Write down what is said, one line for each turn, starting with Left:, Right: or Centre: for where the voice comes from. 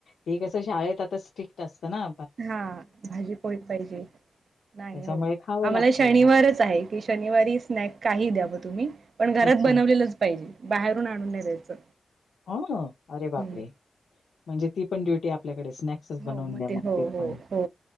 Left: ते कसं शाळेत आंता स्ट्रिक्ट असतं नां
Right: हां भाजी पोळी पाहिजे नाहीं
Left: त्याच्यामुळे
Right: हो
Left: खावं
Right: आम्हांला
Left: लागतं.
Right: शनिवारचं आहे की शनिवारी स्नॅक कांहीं द्यावं तुम्हीं पणं घरांत
Left: अच्छा.
Right: बनवलेलंच पाहिजे बाहेरून आंणून नाहीं द्यायचं
Left: अं अरे बापरे
Right: हम्म.
Left: म्हणजे ती पणं ड्युटी आपल्याकडे स्नॅक् तसंच
Right: हो
Left: बनूंन
Right: मग
Left: द्या मंग
Right: हो
Left: ते
Right: हो
Left: पणं
Right: हो